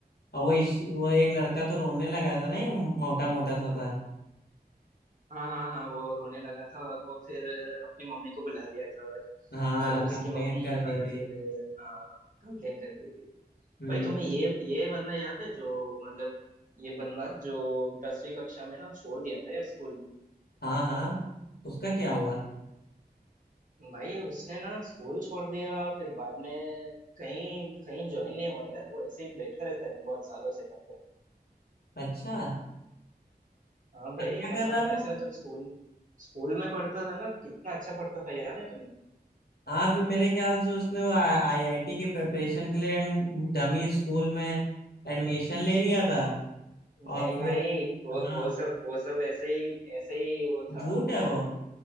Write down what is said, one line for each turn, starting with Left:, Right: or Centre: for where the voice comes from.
Left: और वो इस, वो एक लड़का तो रोने लगा था ना ये मोटा मोटा सा था
Right: हाँ हाँ हाँ वो रोने लगा था और वो फिर अपनी मम्मी को बुला दिया था और
Left: हाँ
Right: मतलब उसकी
Left: कंप्लेन
Right: मम्मी
Left: करती
Right: और
Left: थी
Right: फिर कंप्लेन कर दी थी
Left: हम्म
Right: भाई तुम्हें ये ये बंदा याद है जो मतलब ये बंदा जो दसवीं कक्षा में ना छोड़ दिया था यार स्कूल
Left: हाँ हाँ उसका क्या हुआ
Right: भाई उसने ना स्कूल छोड़ दिया फिर बाद में कहीं कहीं ज्वाइन नहीं हुआ यार वो ऐसे ही बैठा रहता है बहुत सालों से घर पे
Left: अच्छा
Right: हाँ भाई
Left: अब क्या
Right: मतलब
Left: कर रहा
Right: हमारे
Left: है
Right: साथ जब स्कूल स्कूल में पढ़ता था ना कितना अच्छा पढ़ता था याद है तुम्हें
Left: हाँ फिर मेरे ख्याल से उसने वो आईआईटी की प्रिपरेशन के लिए डमी स्कूल में एडमिशन ले लिया था
Right: नहीं
Left: और फिर
Right: भाई वो
Left: हाँ
Right: वो सब वो सब ऐसे ही ऐसे ही वो था
Left: झूठ है
Right: मतलब
Left: वो